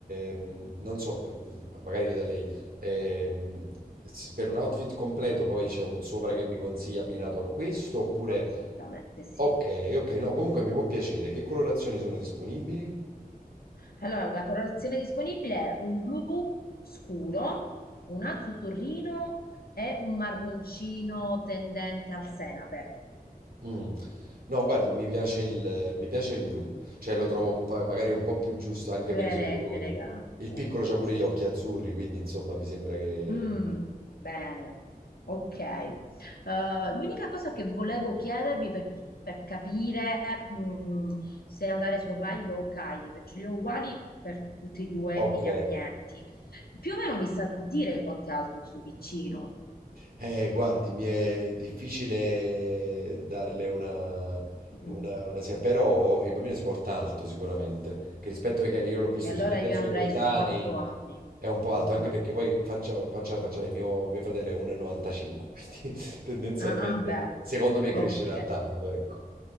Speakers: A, on the right (about 70°); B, on the left (about 75°).
A: ehm, non so, eh, ma- magari chiedo a lei, ehm, se per un outfit completo poi c'è un sopra che mi consiglia abbinato a questo oppure...
B: Assolutamente sì.
A: Ok, ok, no, comunque mi può piacere. Che colorazioni sono disponibili?
B: Allora, la colorazione disponibile è un blu scuro, un azzurrino e un marroncino tendente al senape.
A: Mm. No, guardi, mi piace il, mi piace il blu, cioè lo trovo un po'- magari
B: Il
A: un
B: blu,
A: po' più giusto anche
B: più
A: per
B: ele-
A: i suoi colori.
B: elegante.
A: Il piccolo c'ha pure
B: Sì.
A: gli occhi azzurri, quindi insomma mi sembra che...
B: Mm, bene, ok. Eh, l'unica cosa che volevo chiedervi per, per capire mm, se andare su Hokkaido o Hokkaido, perché li ho uguali per tutti e due
A: Ok,
B: gli ambienti, più o meno mi sa dire quanto è alto sto piccino.
A: Eh, guardi, mi è difficile darle una,
B: Mm,
A: una, una sia- però il bambino si porta alto sicuramente, che rispetto ai che io l'ho visto,
B: E allora
A: rispetto
B: io
A: ai suoi
B: andrei
A: coetanei
B: sui quattro anni.
A: è un po' alto,
B: Mm,
A: anche perché poi faccia, faccia, faccia lei, mio, mio fratello è 1,95, quindi <laughs> tendenzialmente
B: Ah, beh,
A: secondo me crescerà
B: ok.
A: tanto, ecco.